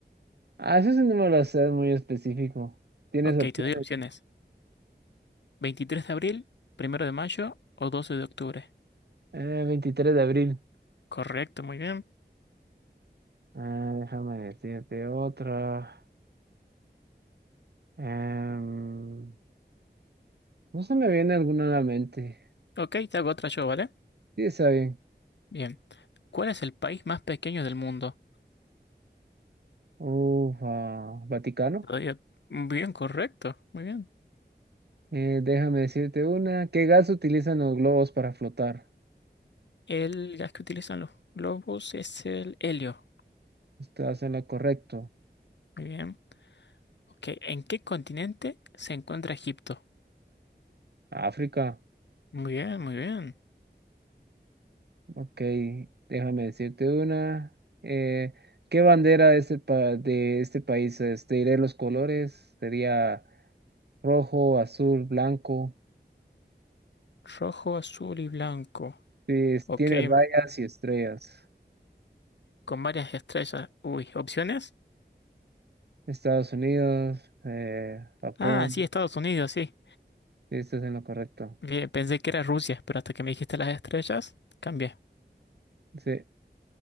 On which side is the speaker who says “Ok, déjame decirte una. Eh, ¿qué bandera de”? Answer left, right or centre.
Right